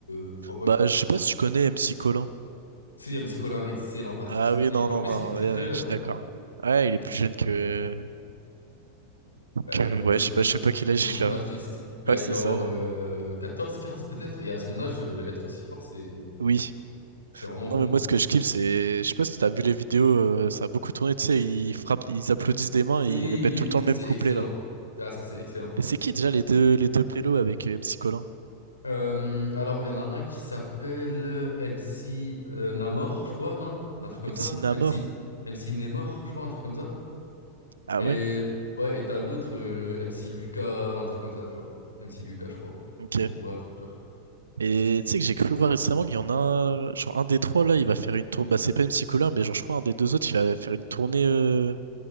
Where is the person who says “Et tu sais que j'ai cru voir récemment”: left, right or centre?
Right